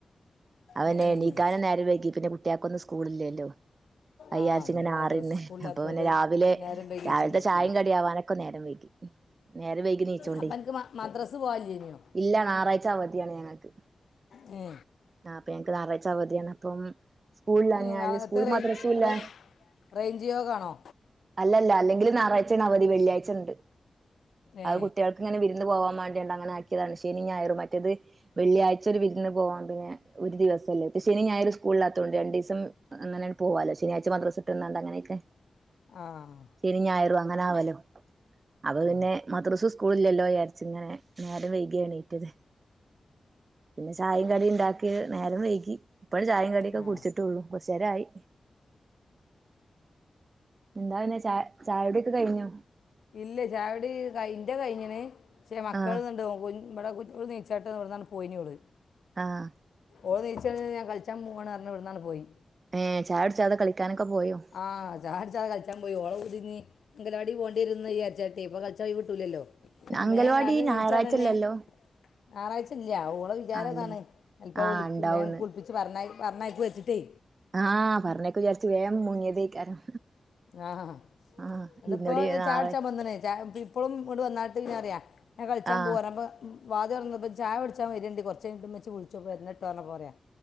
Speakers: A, on the right; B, on the left.
A: അപ്പൊ പിന്നെ
B: ഏ
A: എണീക്കാനും നേരം വെയ്കി പിന്നെ കു ട്ട്യാക്കൊന്നും സ്കൂള്ല്ലേല്ലൊ അയ്യാര്ച്ച്ങ്ങനെ
B: ആ അന്ന് മദ്രസ
A: ആറിന്ന്
B: സ്കൂളിലാത്തോണ്ട്
A: അപ്പൊ പിന്നെ രാവിലെ
B: നേരം വൈകിയിട്ടുണ്ടാവും
A: രാവിൽത്തെ ചായം കടിയാവാനൊക്കെ നേരം വെയ്കി നേരെ വെയ്കി നീച്ചോണ്ടെ
B: അപ്പം എനിക്ക് മദ്രസ് പോകാനില്ലേ ഇനിയോ
A: ഇല്ല ഞാറായ്ച്ച അവധിയാണ് ഞങ്ങക്ക്
B: ഏ
A: ആഹ് അപ്പൊ ഞങ്ങക്ക് ഞാറായ്ച്ച അവധിയാണ് അപ്പം സ്കൂളില്ലാഞാല്
B: ഏ നാളത്തെ
A: സ്കൂളും
B: റേഞ്ച്
A: മദ്രസുല്ലാ
B: റേ റേഞ്ച് യോഗമാണോ
A: അല്ലല്ല അല്ലെങ്കിലും ഞാറാഴ്ചേണ് അവധി വെള്ളിയാഴ്ചണ്ട്
B: ഏ
A: അത് കുട്ട്യാൾക്ക് ഇങ്ങനെ വിരുന്ന് പോവാൻ വാണ്ടി അണ്ട് അങ്ങനെ ആക്യേതാണ് ശെനിം ഞായറും മറ്റേത് വെള്ളിയായ്ച ഒരു വിരുന്ന് പോവാൻ പിന്നെ ഒരു ദിവസല്ലേ ഇത് ശെനിം ഞായറും സ്കൂളില്ലാത്തോണ്ട് രണ്ടീസം അങ്ങനെയണ്ട് പോവാലോ ശെനിയാഴ്ച മദ്രസ്ട്ടെന്നാണ്ട് അങ്ങനെയൊക്കെ
B: ആഹ്
A: ശെനിം ഞായറും അങ്ങനാവലൊ അപ്പൊ
B: ആ
A: പിന്നെ മദർസും സ്കൂളും ഇല്ലല്ലോ വിചാരിച്ച് ങ്ങനെ നേരം വെയ്ക്യാ എണീറ്റത് പിന്നെ ചായേം കടിം ണ്ടാക്കി നേരം വെയ്കി ഇപ്പൊരു ചായേം കടിയൊക്കെ
B: ആ
A: കുടിച്ചിട്ടൊള്ളു കൊർച്ചേരായി എന്താ പിന്നെ ചായ ചായുടിയൊക്കെ കഴിഞ്ഞൊ
B: ഇല്ലേ ചായുടി കയ് ഇന്റെ കൈഞ്ഞിണ് പക്ഷെ മക്കളതെണ്ട്
A: ആഹ്
B: കുഞ് ഇവടെ കുഞ് ഓള് നീച്ചാട്ട് വ്ടന്നണ്ട് പോയിന്യോള്
A: ആഹ്
B: ഓള് നീച്ചത് ഞാൻ കളിച്ചാ പൂവാണ് പർഞ് ഇവ്ട്ന്നണ്ട് പോയി
A: ഏഹ് ചായ കുടിച്ചാതെ കളിക്കാനൊക്കെ പോയോ
B: ആഹ് ചായുട്ചാതെ കളിച്ചാൻ പോയി ഓളെ പൂതിഞ്ഞി അംഗലവാടി പോണ്ടി വെരും ന്ന് വിചാരിച്ചാട്ട് ഇപ്പൊ കളിച്ചാൻ ഒയ് വ്ട്ടൂല്ലല്ലോ
A: അങ്കൽവാടി
B: മേം രാവിലെ നീച്ചാടെന്നെ
A: ഞായറാഴ്ചല്ലല്ലോ
B: ഞാറായ്ചല്ല ഓളെ വിചാരതാണ്
A: ആഹ് അല്ലല്ലേ
B: അല്പ്പ
A: ആഹ്
B: വിളിക്കും
A: ഉണ്ടാവൂന്ന്
B: മേം കുളിപ്പി ച്ച് പർഞയ് പർഞയക്കും ച്ച്ട്ടെ
A: ആഹ് പറഞ്ഞയ്ക്കും വിചാരിച്ച് വേം മുങ്ങിയതേക്കാരം
B: ആഹ്
A: ആഹ്
B: ന്ന്ട്ട്പ്പോ
A: ഇന്നോട് നാളെ
B: ചായുട്ച്ചാ വെന്ന്ണ് ചായ പി പ്പളും ഇങട്ട് വെന്നാൾട്ട് പിന്നെ പറിയാ ഞാൻ കളിച്ചാൻ
A: ആഹ്
B: പോവാ ർഞ് അപ്പം വാതില് തൊറന്നപ്പം ചായ കുടിച്ചാൻ വെര്ണ്ട് കൊർച്ചയ്ഞ്ട്ട് ഇമ്മച്ചി വിൾച്ചും വെര്ണട്ടൊ പർഞപ്പൊ പറയാ